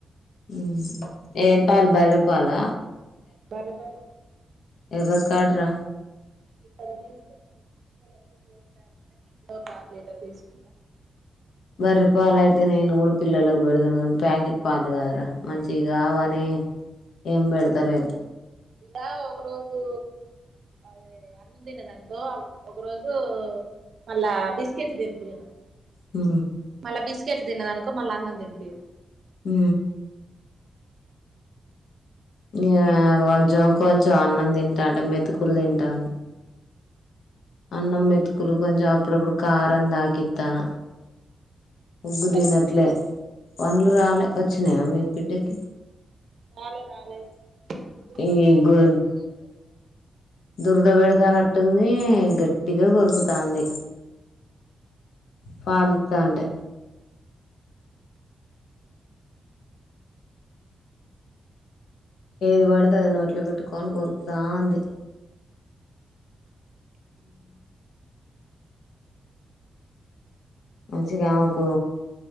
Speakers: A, on the left; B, on the right.
A: ఉమ్ ఏం పాల్ బర్రె పాల.
B: బర్రె పాలె
A: ఎవర్ కాడ రా
B: ఇక్కడ తీసుకుంటాక్కులకి పోసిాంటే నే ఆరు లీటర్ తీసుకుంటాను.
A: బర్రిపాలు అయితే నేను కూడా పిల్లలకు పెడుదును కానీ ప్యాకెట్ పాలు కదురా మంచివి కావని ఏం పెడతలేను
B: ఇలా ఒక రోజు అదే అన్నం తిన్నదనుకో ఒక రోజు మళ్ళా బిస్కెట్ తినిపియను
A: హూ
B: మళ్ళా బిస్కెట్లు తిన్నదనుకో మళ్ళా అన్నం తినిపియను
A: ఉ ఇంగా కొంచెం కొం చం అన్నం
B: మళ్ళ
A: తింటాంటె మెతుకు కులు తింటాంది అన్నం మెతుకులు కొంచెం అప్పుడప్పుడు కారం తాకిత్తాన ఉగ్గు
B: కళ్ళు
A: తినట్లే
B: వచ్చినాయా
A: పండ్లు రాలే వచ్చినాయా మీ బిడ్డకి
B: రాలే రాలే తొమిది
A: ఈ
B: నెలలే
A: గు
B: తొమ్మిది నెలలకే
A: దురద పెడతానట్టుంది గట్టిగా కొరుకుతాంది పలీతంటే ఏది పడితే అది నోట్లో పెట్టుకోని కోరు తాంది మంచిగా ఆమెకు